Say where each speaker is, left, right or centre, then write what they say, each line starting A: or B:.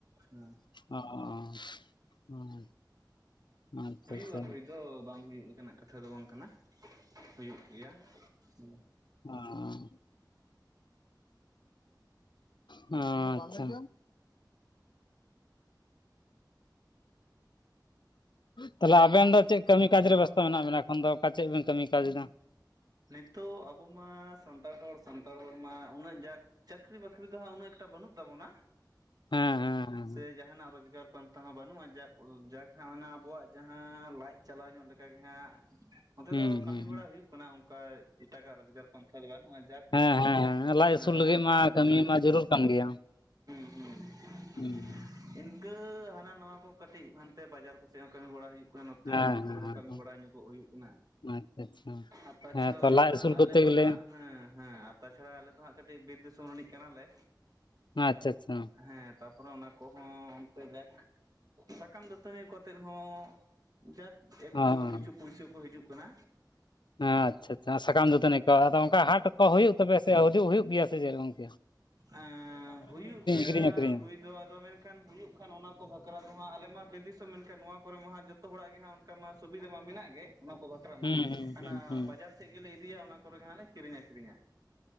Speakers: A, on the right; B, on the left.
A: ᱦᱮᱸ,
B: <unintelligible> ᱟᱪᱪᱷᱟ
A: ᱦᱩᱭᱩᱜᱼᱟ
B: ᱟᱪᱪᱷᱟ
A: ᱦᱩᱭ ᱫᱚ ᱵᱟᱝ ᱦᱩᱭᱩᱜ ᱞᱮᱠᱟᱱᱟᱜ ᱠᱟᱛᱷᱟ ᱫᱚ ᱵᱟᱝ ᱠᱟᱱᱟ᱾ ᱦᱩᱭᱩᱜ ᱜᱮᱭᱟ ᱦᱩᱸ
B: ᱚ ᱦ ᱟᱪᱪᱷᱟ ᱛᱟᱦᱚᱞᱮ ᱟᱵᱮᱱ ᱫᱚ ᱪᱮᱫ ᱠᱟᱹᱢᱤ ᱠᱟᱡᱽ ᱨᱮ ᱵᱮᱵᱚᱥᱛᱟ ᱢᱮᱱᱟᱜ ᱵᱮᱱᱟ ᱮᱠᱷᱚᱱ ᱫᱚ, ᱚᱠᱟ ᱪᱮᱫ ᱵᱤᱱ ᱠᱟᱹᱢᱤ ᱠᱟᱡᱽ ᱫᱟ?
A: ᱱᱤᱛᱳ ᱟᱵᱚ ᱢᱟ ᱥᱟᱱᱛᱟᱲ ᱦᱚᱲ, ᱥᱟᱱᱛᱟᱲ ᱦᱚᱲᱢᱟ ᱩᱱᱟᱹᱜ ᱡᱟᱠ ᱪᱟᱹᱠᱨᱤ ᱵᱟᱹᱠᱨᱤ ᱫᱚ ᱦᱟᱸᱜ ᱩᱱᱟᱹᱜ ᱮᱠᱴᱟ ᱵᱟᱹᱱᱩᱜ ᱛᱟᱵᱚᱱᱟ᱾
B: ᱦᱮᱸ ᱦᱮᱸ ᱦᱮᱸ
A: ᱥᱮ ᱡᱟᱦᱟᱱᱟᱜ ᱨᱳᱡᱽᱜᱟᱨ ᱯᱟᱱᱛᱟ ᱦᱚᱸ ᱵᱟᱹᱱᱩᱜᱼᱟ ᱡᱟᱠ, ᱡᱟᱠ ᱦᱟᱸᱜ ᱢᱟᱱᱮ ᱟᱵᱚᱣᱟᱜ ᱡᱟᱦᱟᱸ ᱞᱟᱡ ᱪᱟᱞᱟᱣ ᱧᱚᱜ ᱞᱮᱠᱟᱜᱮ ᱦᱟᱸᱜ
B: <inaudible>
A: ᱱᱚᱛᱮ ᱫᱚ ᱠᱟᱹᱢᱤ
B: ᱦᱩᱸ
A: ᱵᱟᱲᱟ ᱦᱩᱭᱩᱜ ᱠᱟᱱᱟ, ᱚᱱᱠᱟ ᱮᱴᱟᱜᱟᱜ ᱨᱳᱡᱽᱜᱟᱨ ᱯᱚᱱᱛᱷᱟ ᱫᱚ ᱵᱟᱹᱱᱩᱜᱼᱟ, ᱡᱟᱠ
B: ᱦᱮᱸ ᱦᱮᱸ ᱦᱮᱸ ᱞᱟᱡ
A: ᱟᱸ
B: ᱟᱹᱥᱩᱞ ᱞᱟᱹᱜᱤᱫ
A: ᱦᱟᱱᱛᱮ
B: ᱢᱟ
A: ᱱᱟᱱᱛᱮ,
B: ᱠᱟᱹᱢᱤ
A: ᱦᱩᱸ
B: ᱢᱟ ᱡᱟᱹᱨᱩᱲ ᱠᱟᱱ ᱜᱮᱭᱟ
A: ᱦᱩᱸ᱾
B: <inaudible>
A: ᱤᱱᱠᱟᱹ ᱦᱟᱱᱟ ᱱᱚᱣᱟ ᱠᱚ ᱠᱟᱹᱴᱤᱡ, ᱦᱟᱱᱛᱮ ᱵᱟᱡᱟᱨ ᱠᱚᱥᱮᱫ ᱦᱚᱸ ᱠᱟᱹᱢᱤ ᱵᱟᱲᱟ ᱦᱩᱭᱩᱜ᱾ ᱚᱠᱟ ᱱᱚᱛᱮ
B: ᱦᱮᱸ
A: ᱟᱹᱛᱩ ᱠᱚᱨᱮ ᱦᱚᱸ
B: ᱦᱮᱸ
A: ᱠᱟᱹᱢᱤ
B: ᱦᱮᱸ
A: ᱵᱟᱲᱟ ᱧᱚᱜᱚᱜ ᱦᱩᱭᱩᱜ ᱠᱟᱱᱟ᱾
B: ᱟᱪᱪᱷᱟ ᱟᱪᱪᱷᱟ᱾
A: ᱟᱨ ᱛᱟᱪᱷᱟᱲᱟ,
B: ᱦᱮᱸ ᱛᱚ ᱞᱟᱡ ᱟᱹᱥᱩᱞ
A: ᱟᱞᱮ
B: ᱠᱚᱨᱛᱮ
A: ᱢᱟ
B: ᱜᱮᱞᱮ
A: ᱦᱟᱸᱜ ᱦᱮᱸ ᱦᱮᱸ, ᱟᱨ ᱛᱟᱪᱷᱟᱲᱟ ᱟᱞᱮ ᱫᱚ ᱦᱟᱸᱜ ᱠᱟᱹᱴᱤᱡ ᱵᱤᱨ ᱫᱤᱥᱚᱢ ᱨᱤᱱᱤᱡ ᱠᱟᱱᱟᱞᱮ᱾
B: ᱟᱪᱪᱷᱟ ᱟᱪᱪᱷᱟ᱾
A: ᱦᱮᱸ, ᱛᱟᱯᱚᱨᱮ ᱚᱱᱟ ᱠᱚᱦᱚᱸ ᱚᱱᱛᱮ ᱡᱟᱠ, ᱥᱟᱠᱟᱢ ᱫᱟᱹᱛᱟᱹᱱᱤ ᱠᱚᱛᱮᱫ ᱦᱚᱸ ᱡᱟᱠ, ᱮᱠᱴᱩᱼᱚ
B: ᱚ ᱦᱮᱸ
A: ᱠᱤᱪᱷᱩ ᱯᱩᱭᱥᱟᱹ ᱠᱚ ᱦᱤᱡᱩᱜ ᱠᱟᱱᱟ᱾
B: ᱦᱮᱸ, ᱟᱪᱪᱷᱟ ᱟᱪᱪᱷᱟ᱾ ᱟ ᱥᱟᱠᱟᱢ ᱫᱟᱹᱛᱟᱹᱱᱤ ᱠᱚ, ᱟᱫᱚ ᱚᱱᱠᱟ ᱦᱟᱴ ᱠᱚ ᱦᱩᱭᱩᱜ ᱛᱚᱵᱮ ᱥᱮ ᱦᱤᱡᱩᱜ ᱦᱩᱭᱩᱜ ᱜᱮᱭᱟ, ᱥᱮ ᱪᱮᱫ ᱜᱚᱢᱠᱮ?
A: ᱮᱸᱻ ᱦᱩᱭᱩᱜ ᱜᱮᱭᱟ
B: ᱠᱤᱨᱤᱧ ᱟᱹᱠᱷᱨᱤᱧᱟ
A: ᱦᱩᱭ ᱫᱚ, ᱟᱫᱚ ᱢᱮᱱᱠᱷᱟᱱ ᱦᱩᱭᱩᱜ ᱠᱷᱟᱱ ᱚᱱᱟ ᱠᱚ ᱵᱷᱟᱠᱷᱨᱟ ᱫᱚ ᱦᱟᱸᱜ ᱟᱞᱮ ᱢᱟ ᱵᱤᱨ ᱫᱤᱥᱚᱢ ᱢᱮᱱᱠᱷᱟᱱ ᱱᱚᱣᱟ ᱠᱚᱨᱮ ᱢᱟ ᱦᱟᱸ ᱡᱚᱛᱚ ᱡᱚᱛᱚ ᱦᱚᱲᱟᱜ ᱜᱮ ᱦᱟᱸᱜ ᱚᱱᱠᱟ ᱢᱟ ᱥᱩᱵᱤᱫᱷᱟ ᱢᱟ ᱢᱮᱱᱟᱜ ᱜᱮ, ᱚᱱᱟ ᱠᱚ ᱵᱟᱠᱷᱨᱟ
B: ᱦᱩᱸ
A: ᱢᱟ
B: ᱦᱩᱸ
A: ᱦᱟᱱᱟ
B: ᱦᱩᱸ ᱦᱩᱸ
A: ᱵᱟᱡᱟᱨ ᱥᱮᱫ ᱜᱮᱞᱮ ᱤᱫᱤᱭᱟ ᱚᱱᱟ ᱠᱚᱨᱮ ᱜᱮ ᱦᱟᱸᱜ ᱞᱮ ᱠᱤᱨᱤᱧ ᱟᱹᱠᱷᱨᱤᱧᱼᱟ᱾